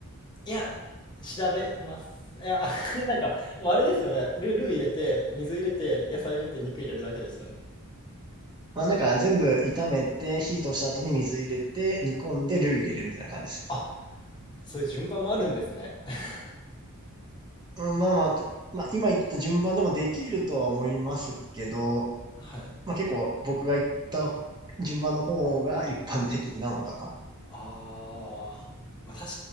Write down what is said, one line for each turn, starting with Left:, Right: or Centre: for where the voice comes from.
Left: いや、調べます。いや、<laughs> なんか、でもあれですよね。ル、ルー入れて、水入れて、野菜入れて、肉入れるだけですよね。
Right: まあなんか全部炒めて、火通した後に水入れて、煮込んでルー入れるみたいな感じですね。
Left: あ、そういう順番もあるんですね。<laughs>
Right: うん、まあまあ、でまあ今言った順番でもできるとは思いますけど、
Left: はい。
Right: まあ結構僕が言った順番の方が一般的なのかな。
Left: ああ、まあ確